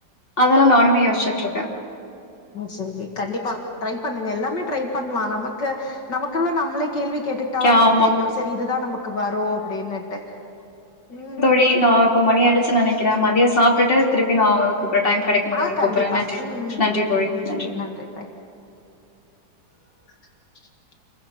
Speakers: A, on the left (about 30°); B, on the left (about 65°).
A: அதெல்லா நானுமே யோசிச்சுட்டு இருக்கே
B: செரி கண்டிப்பா ட்ரை பண்ணுங்க எல்லாமே ட்ரை பண்லா நமக்கு நமக்குள்ள நம்மளே கேள்வி கேட்டு நா
A: கே
B: நமக்கு
A: ஆமா
B: தெரியு செரி இதுதா நமக்கு வரு அப்டின்னுட்டு உம்
A: மெயின் ஆ இப்ப மணி ஆயிடுச்சுன் நெனக்குறே மதிய சாப்ட்டுட்டு திருப்பி நா அவருக்கு டைம் கெடைக்கு உங்களுக்கு
B: ஆ கண்டிப்பா
A: கூப்புறே நன்றி
B: ம்
A: நன்றி தோழி நன்றி
B: நன்றி பாய் <inaudible>